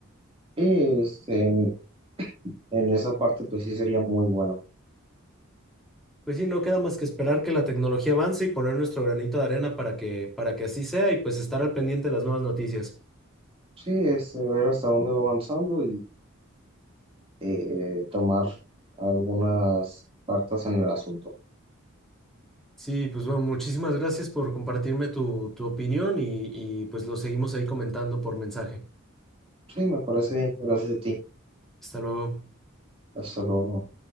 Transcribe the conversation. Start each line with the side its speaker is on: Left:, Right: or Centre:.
Right: Y este, en, en esa parte, pues sí sería muy bueno.
Centre: Pues sí, no queda más que esperar que la tecnología avance y poner nuestro granito de arena para que, para que así sea y pues estar al pendiente de las nuevas noticias.
Right: Sí, este, ver hasta dónde va avanzando y eh, tomar algunas cartas en el asunto.
Centre: Sí, pues bueno, muchísimas gracias por compartirme tu, tu opinión y, y pues lo seguimos ahí comentando por mensaje.
Right: Sí, me parece bien. Gracias a ti.
Centre: Hasta luego.
Right: Hasta luego.